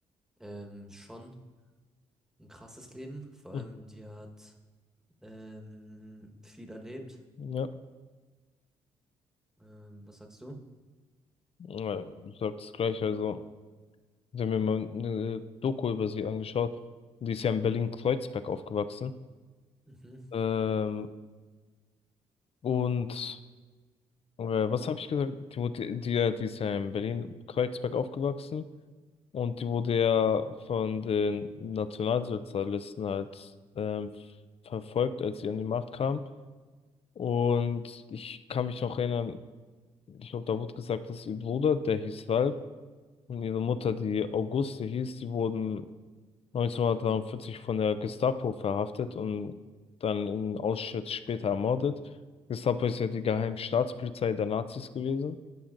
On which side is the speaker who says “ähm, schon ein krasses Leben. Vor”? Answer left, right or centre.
Centre